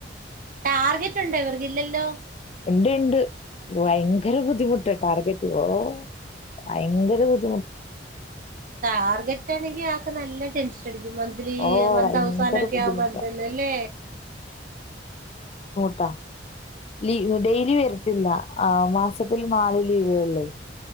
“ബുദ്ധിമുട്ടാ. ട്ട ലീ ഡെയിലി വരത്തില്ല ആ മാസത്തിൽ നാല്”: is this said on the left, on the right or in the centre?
Left